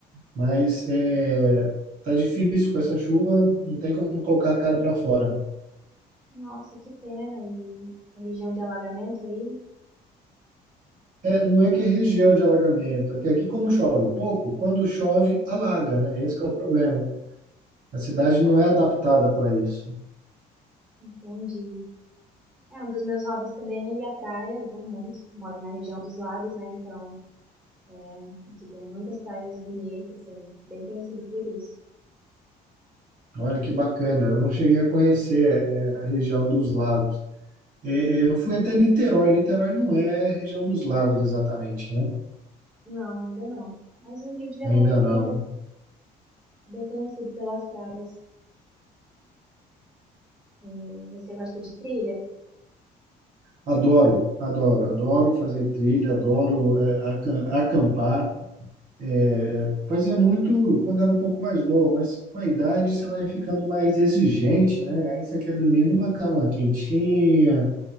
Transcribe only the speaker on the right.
Mas é, tá difícil com essa chuva, não tem como colocar a cara para fora.
É, não é que
é região de alagamento, é que aqui como chove pouco, quando chove alaga, né? Esse que é o problema. A cidade não é adaptada para isso.
Olha que bacana, eu não cheguei a conhecer é, a região dos lagos. É, é, eu fui até Niterói, Niterói não é região dos lagos exatamente, né?
Ainda
não.
Adoro, adoro, adoro fazer trilha, adoro é, aca- acampar. É, fazia muito quando era um pouco mais novo, mas com a idade você vai ficando mais exigente, né? Aí você quer dormir numa cama quentinha,